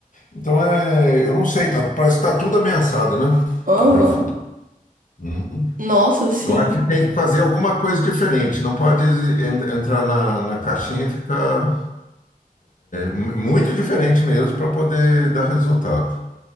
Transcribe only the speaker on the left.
Então, é, eu não sei, tá, parece que está tudo ameaçado, né,
para o futuro. Uhum.
Eu acho que tem que fazer alguma coisa diferente. Não pode en- entrar na, na caixinha e ficar Muito diferente mesmo para poder dar resultado.